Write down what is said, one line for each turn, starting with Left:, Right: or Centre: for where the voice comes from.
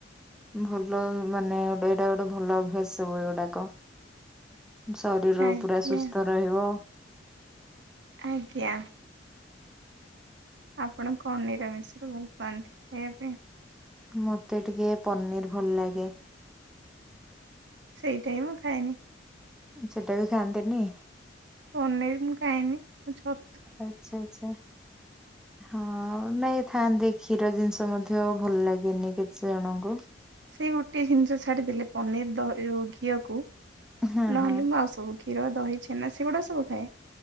Centre: ଭଲ ମାନେ ଗୋଟେ ଏଇଟା ଗୋଟେ ଭଲ ଅଭ୍ୟାସ ସବୁ ଏଗୁଡାକ। ଶରୀର
Right: ଆଜ୍ଞା
Centre: ପୁରା ସୁସ୍ଥ ରହିବ।
Right: ଆଜ୍ଞା। ଆପଣ କଣ ନିରାମିଷ ରେ ଭଲ ପାଆନ୍ତି ଖାଇବା ପାଇଁ?
Centre: ମତେ ଟିକେ ପନିରି ଭଲ ଲାଗେ।
Right: ସେଇଟା ବି ମୁଁ ଖାଏନି।
Centre: ସେଟା ବି ଖାଆନ୍ତିନି
Right: ପନିରୀ ମୁଁ ଖାଏନି ମୁ ଛ
Centre: ଆଛା ଆଛା ହଁ ନାଇଁ ଥାନ୍ତି କ୍ଷୀର ଜିନିଷ ମଧ୍ୟ ଭଲ ଲାଗେନି କିଛି ଜଣଙ୍କୁ।
Right: ସେଇ ଗୋଟେ ଜିନିଷ ଛାଡିଦେଲେ ପନିରୀ ଦ ଘିଅକୁ
Centre: ହଁ
Right: ନହେଲେ
Centre: ହଁ
Right: ମୁଁ ଆଉ ସବୁ କ୍ଷୀ କ୍ଷୀର ଦହି ଛେନା ସେଗୁଡା ସବୁ ଖାଏ।